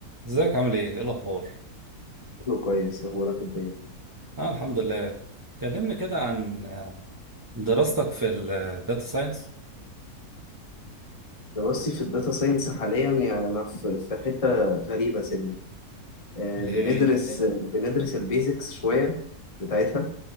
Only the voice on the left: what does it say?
شكله كويس هو راكب باين
دراستي في الداتا ساينس حاليا يعني انا في في حته غريبه سنه آه،
بندرس
ليه؟ بندرس البيزكس شويه بتاعتها